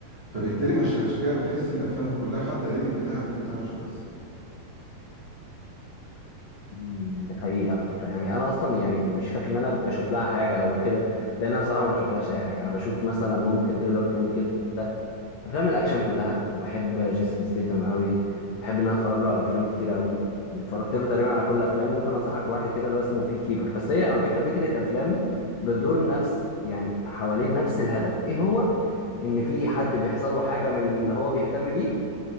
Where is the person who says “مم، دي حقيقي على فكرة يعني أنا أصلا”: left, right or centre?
Left